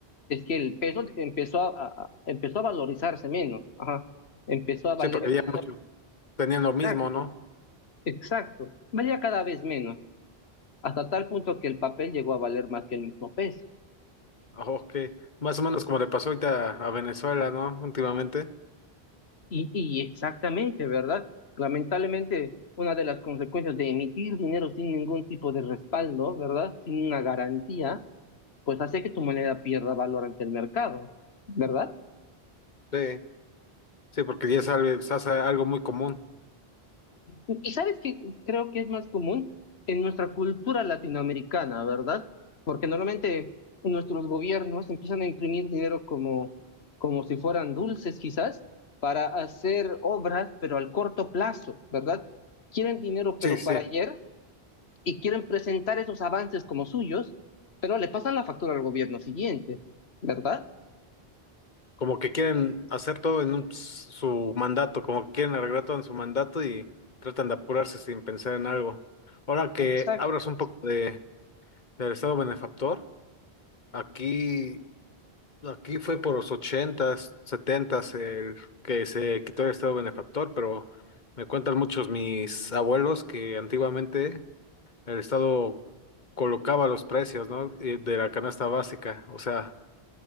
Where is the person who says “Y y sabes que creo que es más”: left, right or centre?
Left